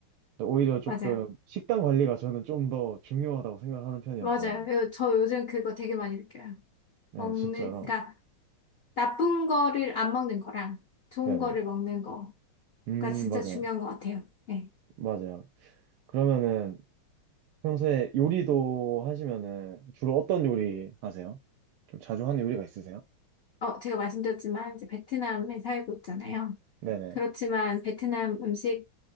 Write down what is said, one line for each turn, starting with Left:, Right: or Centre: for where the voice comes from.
Right: 오히려 조금
Left: 맞아요.
Right: 식단 관리가 저는 좀 더 중요하다고 생각하는 편이어서,
Left: 맞아요. 요- 저 요즘 그거 되게 많이 느껴요.
Right: 네,
Left: 먹는,
Right: 진짜로.
Left: 그러니까 나쁜 거를 안 먹는 거랑 좋은
Right: 네네.
Left: 거를 먹는 거가
Right: 음,
Left: 진짜
Right: 맞아요.
Left: 중요한 것 같아요. 네.
Right: 맞아요. 그러면은, 평소에 요리도 하시면은 주로 어떤 요리 하세요? 좀 자주 하는 요리가 있으세요?
Left: 어, 제가 말씀드렸지만 이제 베트남에 살고 있잖아요.
Right: 네네.
Left: 그렇지만 베트남 음식을